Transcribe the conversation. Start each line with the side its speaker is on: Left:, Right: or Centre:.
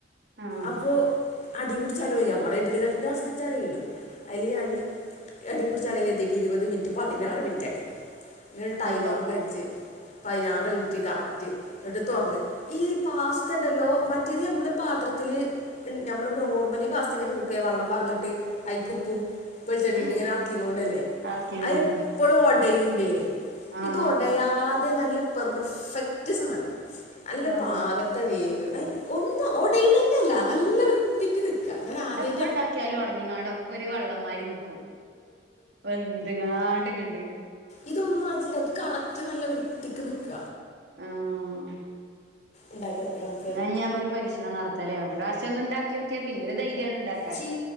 Right: ആഹ്
Left: അപ്പോ അടീപിടിച്ചാലോ ഞമ്മളെ ഇഡ്ഡലിത എന്റെ അവസ്ഥിച്ച അറിയൂലോ അയില് ഞാന് അടിപുടിച്ചാലെങ്കി എത്തിയിട്ട് ഇരുപത് മിനിറ്റ് പതിനാറ് മിനിറ്റാക്കി പിന്നൊരു
Right: എന്നിട്ട്
Left: ടൈമറൊക്കെ
Right: തുറന്നോ
Left: വെച്ച് പയിനാറ് മിനിറ്റ് കറക്റ്റ് എന്നിട്ട് തൊറന്ന് ഈ പാസ്ത ഉണ്ടല്ലോ മറ്റേത് യമ്മള് പാത്രത്തില് ഞമ്മള് നോർമലി പാസ്ത എങ്ങനെ കു ഒക്കെ വെള്ളം വാർന്നിട്ട് അയിക്കുപ്പും വെളിച്ചെണ്ണീട്ട്
Right: ഉം
Left: ഇങ്ങനെ ആക്കി കോണ്ടല്ലേ
Right: ഇളക്കിങ്ങോണ്ട്
Left: അയി പ്പോളും ഒടയൂലേ
Right: ആഹ്
Left: ഇത് ഒടയാ തെ നല്ല പെർഫെക്റ്റ് സാധനം നല്ല
Right: ആഹ്
Left: പാകത്തെ വേവ് അയിന് ഒന്നും ഒടയണേൻ്റെയല്ല നല്ല വൃത്തിക്ക് നിക്ക ഞാൻ ആദ്യായി
Right: പ്പ ഒണ്ടാക്കിയാലും ഒടഞ്ഞെങ്കാണ്ടൊക്കൊരു വള്ളംമായിരി നിക്കും വെന്തെങ്ങാണ്ട് ഇങ്ങണ്ട്
Left: ഇതൊന്നും ആയിട്ടില്ല ഇത് കറക്റ്റ് നല്ല വൃത്തിക്ക് നിക്ക
Right: ആഹ്
Left: ഉണ്ടാക്കി നോക്കിയ മ
Right: എന്നാ ഞാൻ പോയൊരു പരീക്ഷണം നടത്താല്ലേ ഒരുറാശ്യം ഒന്ന് ഉണ്ടാക്കിയോക്ക്യ പിന്നൊരു ധൈര്യാണ് ഉണ്ടാ
Left: ചീ